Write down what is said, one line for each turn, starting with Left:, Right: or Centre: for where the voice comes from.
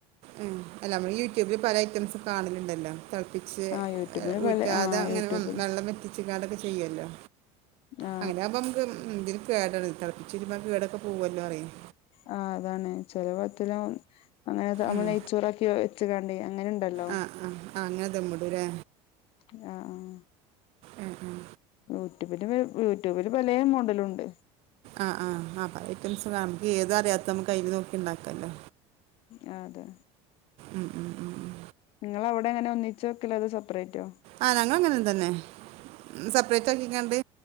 Right: ഉം അല്ല നമ്മള് യൂട്യൂബിൽ പല ഐറ്റംസ് കാണലുണ്ടല്ലോ തിളപ്പിച്ച്
Left: ആ യൂട്യൂബില്
Right: ഊറ്റാതെ
Left: പല ആ
Right: അങ്ങനെ
Left: യൂട്യൂബിൽ
Right: വെള്ളം വറ്റിച്ച കണ്ട് ഒകെ ചെയ്യുമല്ലോ
Left: ആ
Right: അങ്ങനെയാവുമ്പോ നമക്ക് എന്തി കേട തിളപ്പിച്ചിരുമക്ക് വീടൊക്കെ കേടു വരുമല്ലോ പറയും
Left: ആഹ് അതാണ് ചെലവറ്റലം അങ്ങനെ നമ്മൾ
Right: ഉം.
Left: നെയ്ച്ചോറാക്കി വെച്ച കണ്ടി അങ്ങനെുണ്ടല്ലോ
Right: ആ ആ ആ അങ്ങനെ ദമ്മിടൂലേ
Left: ആഹ് ആഹ്
Right: ഉം ഉം
Left: യൂട്യൂബില് യൂട്യൂബില് പലയ മോഡലുണ്ട്
Right: ആഹ് ആഹ് ഐറ്റംസ് നമുക്ക് ഏത് അറിയാത്ത നമ്മുക്ക് അതിൽ നോക്കി ഉണ്ടാക്കാല്ലോ
Left: ആഹ് അതെ
Right: ഉ ഉം ഉം ഉം ഉം.
Left: നിങ്ങള അവിടെ അങ്ങനെ ഒന്നിച്ച് വയ്ക്കലോ അതോ സെപ്പറേറ്റോ
Right: ആഹ് ഞങ്ങൾ അങ്ങനെ തന്നെ സെപ്പറേറ്റ് ആക്കികൊണ്ട്